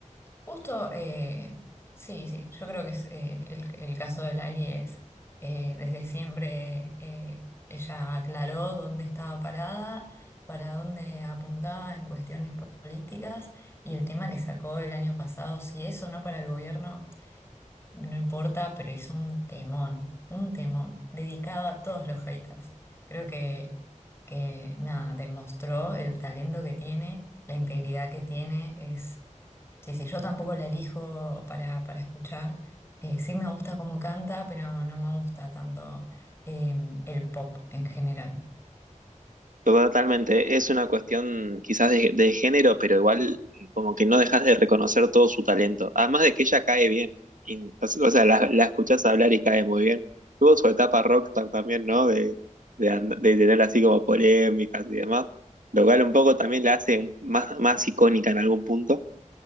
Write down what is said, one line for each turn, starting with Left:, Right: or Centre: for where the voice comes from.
Left: Justo, eh, sí, sí, yo creo que es, eh, el, el caso de Lali es, eh, desde siempre eh, ella aclaró dónde estaba parada, para dónde apuntaba en cuestiones políticas y el tema que sacó el año pasado, si eso no para el gobierno. No importa, pero hizo un temón, un temón, dedicado a todos los haters. Creo que, que nada, demostró el talento que tiene, la integridad que tiene, es... Sí, sí, yo tampoco la elijo para, para escuchar. Eh, sí me gusta cómo canta, pero no me gusta tanto eh, el pop en general.
Right: Totalmente, es una cuestión quizás de, de género, pero igual eh, como que no dejas de reconocer todo su talento. Además de que ella cae bien, y- o sea, la, la escuchás hablar y cae muy bien. Tuvo su etapa rockstar también, ¿no? De, de, and- de tener así como polémicas y demás, lo cual un poco también la hace un- más, más icónica en algún punto.